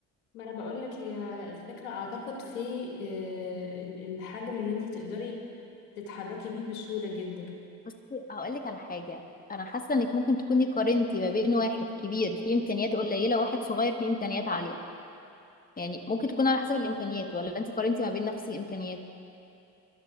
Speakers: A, on the left; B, on the left.
A: ما انا بقول لك هي الفكره اعتقد في آه، ال- الحجم ان انت تقدري تتحركي بيه بسهوله جدا
B: بصي هقولك على حاجة انا حاسة انك ممكن تكوني قارنتي ما بين واحد كبير فيه امكانيات قليلة وواحد صغير فيه امكانيات عالية يعني ممكن تكون على حسب الامكانيات ولا انت قارنتي ما بين نفس الامكانيات